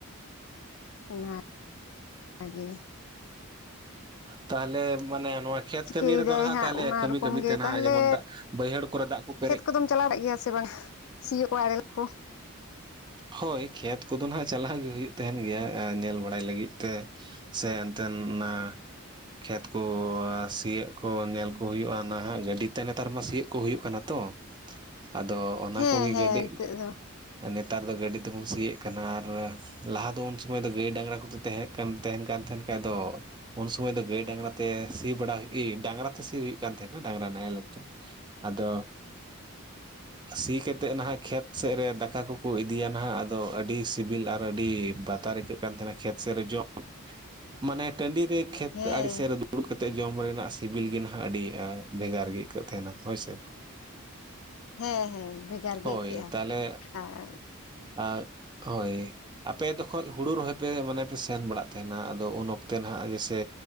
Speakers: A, on the left; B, on the right.
A: ᱚᱱᱟ ᱜᱮ।
B: ᱛᱟᱦᱚᱞᱮ ᱢᱟᱱᱮ ᱱᱚᱣᱟ ᱠᱷᱮᱛ
A: ᱪᱤᱠᱟᱹᱭᱮᱫᱟᱭ
B: ᱠᱟᱹᱢᱤ ᱨᱮᱫᱚ ᱦᱟᱜ
A: ᱦᱟᱸᱜ
B: ᱛᱟᱦᱚᱞᱮ
A: ᱚᱱᱟ
B: ᱠᱟᱹᱢᱤ
A: ᱨᱚᱠᱚᱢ
B: ᱠᱟᱹᱢᱤᱛᱮ
A: ᱜᱮ
B: ᱱᱟᱦᱟᱜ
A: ᱛᱟᱦᱚᱞᱮ
B: ᱡᱮᱢᱚᱱ ᱫᱟᱜ ᱵᱟᱹᱭᱦᱟᱹᱲ ᱠᱚᱨᱮ ᱫᱟᱜ ᱠᱚᱯᱮ
A: ᱠᱷᱮᱛ ᱠᱚᱫᱚᱢ ᱪᱟᱞᱟᱣ ᱵᱟᱲᱟ ᱜᱮᱭᱟ ᱥᱮ ᱵᱟᱝ-ᱟ ᱥᱤᱭᱳᱜ ᱟᱲᱮ ᱞᱟᱜ ᱠᱚ?
B: ᱦᱳᱭ ᱠᱷᱮᱛ ᱠᱚᱫᱚ ᱱᱟᱦᱟᱜ ᱪᱟᱞᱟᱣ ᱜᱮ ᱦᱩᱭᱩᱜ ᱛᱟᱦᱮᱱ ᱜᱮᱭᱟ ᱟ ᱧᱮᱞ ᱵᱟᱲᱟᱭ ᱞᱟᱹᱜᱤᱫ ᱛᱮ᱾ ᱥᱮ ᱮᱱᱛᱮᱱ ᱚᱱᱟᱼᱼ ᱠᱷᱮᱛ ᱠᱚ ᱥᱤᱭᱳᱜ ᱠᱚ ᱧᱮᱞ ᱠᱚ ᱦᱩᱭᱩᱜ-ᱟ ᱱᱟᱦᱟᱜ ᱜᱟᱹᱰᱤ ᱛᱮ ᱱᱮᱛᱟᱨ ᱢᱟ ᱥᱤᱭᱳᱜ ᱠᱚ ᱦᱩᱭᱩᱜ ᱠᱟᱱᱟ ᱛᱚ᱾ ᱟᱫᱚ ᱚᱱᱟ
A: ᱦᱮᱸ
B: ᱠᱚᱜᱮ
A: ᱦᱮᱸ
B: ᱜᱟᱹᱰᱤ
A: ᱱᱤᱛᱚᱜ ᱫᱚ
B: ᱟ ᱱᱮᱼᱼ ᱛᱟᱨ ᱫᱚ ᱜᱟᱹᱰᱤ ᱛᱮ ᱵᱚᱱ ᱥᱤᱭᱮᱜ ᱠᱟᱱᱟ ᱟᱨᱚ ᱞᱟᱦᱟ ᱫᱚ ᱩᱱ ᱥᱩᱢᱟᱹᱭ ᱫᱚ ᱜᱟᱹᱭ ᱰᱟᱝᱨᱟ ᱠᱚᱫᱚ ᱛᱮᱦᱮᱸ ᱠᱟᱱ ᱛᱮᱦᱮᱱ ᱠᱟᱱ ᱛᱮᱦᱮᱱ ᱠᱷᱟᱡ ᱱᱮᱛᱟᱨ ᱫᱚ ᱩᱱ ᱥᱩᱢᱟᱹᱭ ᱫᱚ ᱜᱟᱹᱭ ᱰᱟᱝᱨᱟ ᱛᱮ ᱥᱤ ᱵᱟᱲᱟ ᱦᱩᱭ ᱰᱟᱝᱨᱟ ᱛᱮ ᱥᱤ ᱦᱩᱭᱩᱜ ᱠᱟᱱ ᱛᱮᱦᱮᱸᱱᱟ ᱰᱟᱝᱨᱟ ᱱᱟᱦᱮᱞ ᱛᱮ᱾ ᱟᱫᱚ ᱥᱤ ᱠᱟᱛᱮᱜ ᱱᱟᱦᱟᱜ ᱠᱷᱮᱛ ᱥᱮᱫ ᱨᱮ ᱫᱟᱠᱟ ᱠᱚ ᱠᱚ ᱤᱫᱤ ᱭᱟ ᱱᱟᱦᱟᱜ ᱟᱫᱚ ᱟᱹᱰᱤ ᱥᱤᱵᱤᱞ ᱟᱨ ᱟᱹᱰᱤ ᱵᱟᱛᱟᱨ ᱟᱹᱭᱠᱟᱹᱜ ᱠᱟᱱ ᱛᱟᱦᱮᱱᱟ ᱠᱷᱮᱛ ᱥᱮᱫ ᱨᱮ ᱡᱚᱢ᱾ ᱢᱟᱱᱮ ᱴᱟᱺᱰᱤ ᱨᱮ ᱠᱷᱮᱛ
A: ᱦᱮᱸ
B: ᱟᱲᱤ ᱥᱮᱜ ᱨᱮ ᱫᱩᱲᱩᱵ ᱠᱟᱛᱮᱜ ᱡᱚᱢ ᱨᱮᱱᱟᱜ ᱥᱤᱵᱤᱞ ᱜᱮ ᱱᱟᱦᱟᱜ ᱟᱹᱰᱤ ᱟ ᱵᱷᱮᱜᱟᱨ ᱜᱮ ᱟᱹᱭᱠᱟᱹᱜ ᱛᱟᱦᱮᱱᱟ ᱦᱳᱭ ᱥᱮ᱾
A: ᱦᱮᱸ ᱦᱮᱸ ᱵᱷᱮᱜᱟᱨ
B: ᱦᱳᱭ
A: ᱜᱮ ᱟᱹᱭᱠᱟᱹᱜ-ᱟ
B: ᱛᱟᱦᱚᱞᱮ
A: ᱟᱨ
B: ᱟᱨ ᱦᱳᱭ᱾ ᱟᱯᱮ ᱫᱚᱠᱷᱚᱡ ᱦᱩᱲᱩ ᱨᱚᱦᱚᱭ ᱯᱮ ᱢᱟᱱᱮ ᱯᱮ ᱥᱮᱱ ᱵᱟᱲᱟᱜ ᱛᱮᱦᱮᱱᱟ ᱟᱫᱚ ᱩᱱ ᱚᱠᱛᱮ ᱱᱟᱦᱟᱜ ᱥᱮ